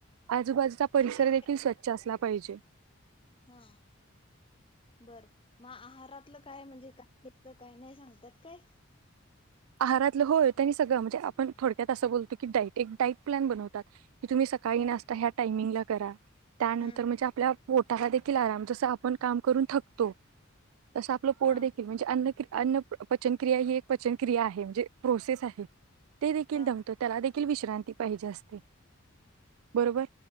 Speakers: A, on the right; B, on the left.
A: आजूबाजूचा परिसर
B: मग ते
A: देखील स्वच्छ असला पाहिजे
B: हा बर म आहार् घातलं काय म्हणजे काय घ काय नाही सांगतात काय
A: आहारातलं होय त्यांनी सगळं म्हणजे आपण थोडक्यात असं बोलतो की डाईट एक डाईट प्लॅन बनवतात तुम्ही सकाळी
B: हा
A: नाशता ह्या टामिंगला करा त्यानंतर
B: हम्म
A: म्हणजे आपल्या पोटा साठी आराम जस आपण काम करून थकतो तस आपलं पोट
B: हा
A: देखील म्हणजे अन्न क्रिया अन्न पचनक्रिया ही एक पचन क्रिया आहे म्हणजे प्रोसेस आहे ते देखील
B: हा
A: दमतो त्याला विश्रांती पाहिजे असते बरोबर